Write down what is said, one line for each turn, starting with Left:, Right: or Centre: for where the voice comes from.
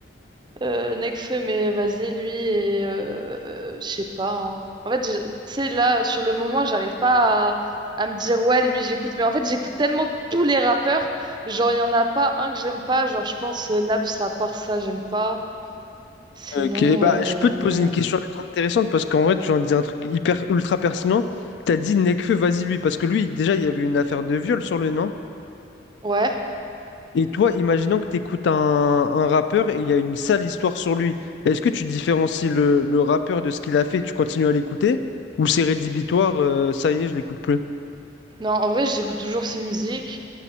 Right: euh, Nekfeu, mais vas-y, lui, et euh, euh, je sais pas. hein. En fait, je- tu sais, là, sur le moment, j'arrive pas à, à me dire, ouais, lui, j'écoute. Mais en fait, j'écoute tellement tous les rappeurs. Genre, il y en a pas un que j'aime pas. Genre, je pense euh, Naps, à part ça, j'aime pas. Sinon,
Left: Ok, bah
Right: euh,
Left: je peux te poser une question ultra intéressante parce qu'en vrai, tu viens de dire un truc hyper ultra pertinent. T'as dit Nekfeu, vas-y lui, parce que lui, déjà, il y avait une affaire de viol sur le nom.
Right: ouais.
Left: Et toi, imaginons que tu écoutes un, un rappeur et il y a une sale histoire sur lui. Est-ce que tu différencies le, le rappeur de ce qu'il a fait et tu continues à l'écouter? Ou c'est rédhibitoire, euh, ça y est, je l'écoute plus?
Right: Non, en vrai, j'écoute toujours ses musiques.